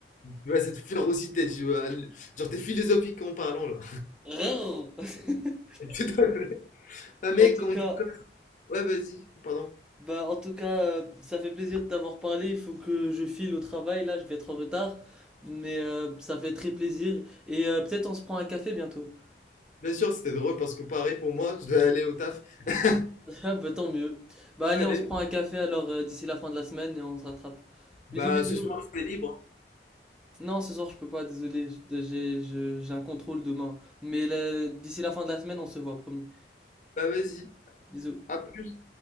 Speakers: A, on the left; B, in the centre.
A: vois, cette férocité, tu vois, genre, t'es philosophique en parlant, là.
B: <laughs>
A: <laughs> Tout à fait. Ah mec,
B: En tout
A: en
B: cas.
A: tout cas, ouais, vas-y, pardon.
B: Bah, en tout cas, euh, ça fait plaisir de t'avoir parlé. Il faut que je file au travail, là, je vais être en retard. Mais euh, ça fait très plaisir. Et euh, peut-être on se prend un café bientôt.
A: Bien sûr, c'était drôle parce que pareil pour moi, je dois aller au taf. <laughs>
B: <laughs> Ah, bah, tant mieux. Bah, allez,
A: Allez,
B: on se prend un café alors euh, d'ici la fin de la semaine et on se rattrape.
A: bah
B: Bisous, bisous.
A: ce soir, c'est libre. hein.
B: Non, ce soir, je peux pas, désolé. J'ai, je- j'ai un contrôle demain. Mais là, d'ici la fin de la semaine, on se voit, promis.
A: Bah vas-y,
B: Bisous.
A: à plus.